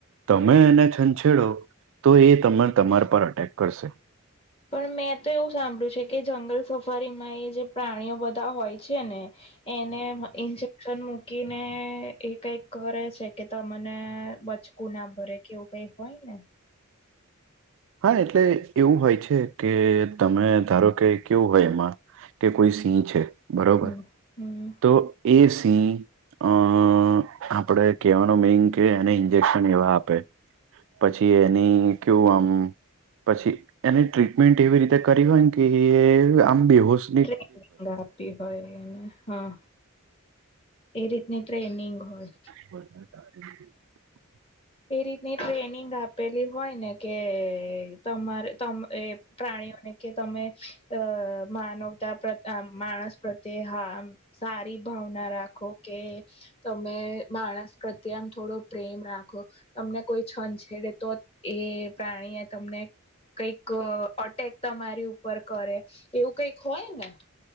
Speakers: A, on the right; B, on the left.
A: તમે એને છંછેડો તો એ તમે તમાર પર અટેક કરશે.
B: પણ મેં તો એવું સાંભળ્યું છે કે, જંગલ સફારીમાં એ જે પ્રાણીઓ બધા હોય છે ને એને ઇન્જેક્શન મુ કીને એ કઈક કરે છે કે તમને બચકું ના ભરે કે એવું કઈ હોય ને?
A: હા એટલે એવું હોય છે કે તમે ધારો કે કેવું હોય એમાં કે કોઈ સિંહ છે બરોબર,
B: હમ હમ
A: તો એ સિંહ અ આપડે કહેવાનો મિનિંગ કે એને ઇન્જેક્શન એવા આપે પછી એની કેવું આમ પછી એની ટ્રીટમેન્ટ એવી રીતે કરી હોય ને કે આમ બેહોશ
B: <inaudible> આપીએ. હોય એને. હા, એ રીતની ટ્રેનિંગ હોય.
A: <inaudible>
B: એ રીતની ટ્રેનિંગ આપેલી હોય ને કે, તમાર તમ એ પ્રાણીઓને કે તમે અ માનવતા પ્ર માણસ પ્રત્યે હા. સારી ભાવના રાખો કે તમે માણસ પ્રત્યે આમ થોડો પ્રેમ રાખો. તમને કોઈ છંછેડે તો જ એ પ્રાણી એ તમને કંઈક અટેક તમારી ઉપર કરે એવું કઈક હોય ને?